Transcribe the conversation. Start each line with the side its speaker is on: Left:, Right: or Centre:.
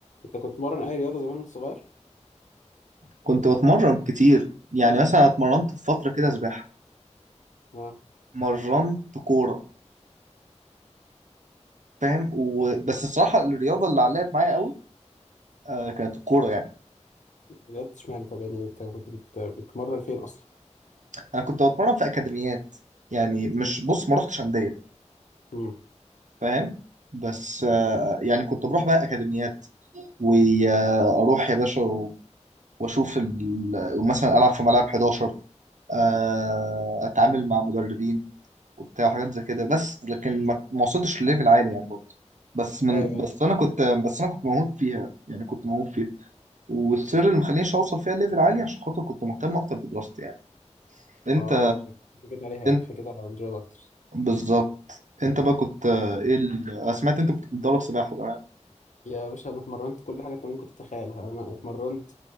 Left: انت كنت بتمرن اي رياضه زمان وانت صغير
Right: كنت بتمرن كتير يعني مثلا اتمرنت في فترة كده سباحة
Left: اه
Right: مرنت كورة فاهم و... بس الصراحة الرياضة اللي علقت معايا قوي آه كانت الكورة يعني
Left: بجد اشمعنى طب يعني انت كنت بت... بتمرن فين اصلا
Right: أنا كنت بتمرن في أكاديميات يعني مش بص ما رحتش أندية
Left: امم
Right: فاهم بس آه يعني كنت بروح بقى أكاديميات وأروح يا باشا و... وأشوف ال... مثلا ألعب في ملعب 11 آه أتعامل مع مدربين وبتاع وحاجات زي كده بس لكن ما ما وصلتش لليفل عالي يعني برضه بس من
Left: ايوه ايوه
Right: بس انا كنت بس انا كنت موهوب فيها يعني كنت موهوب فيها والسر اللي مخلينيش اوصل فيها ليفل عالي عشان خاطر كنت مهتم اكتر بدراستي يعني انت
Left: اه عشان كده جيت عليها يعني
Right: انت
Left: عشان كده على الجيل اكتر
Right: بالظبط انت بقى كنت ايه ال... أنا سمعت انت كنت بتدرب سباحه زمان
Left: يا باشا انا اتمرنت كل حاجه انت ممكن تتخيلها انا اتمرنت